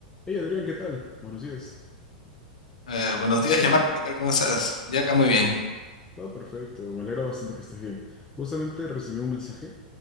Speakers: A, on the left (about 15°); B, on the left (about 70°).
A: Hey Adrián, ¿qué tal? Buenos días.
B: Eh, buenos días, ya Marco, ¿qué tal? ¿Cómo estás? Ya acá muy bien.
A: Todo perfecto, me alegra bastante que estés bien. Justamente recibí un mensaje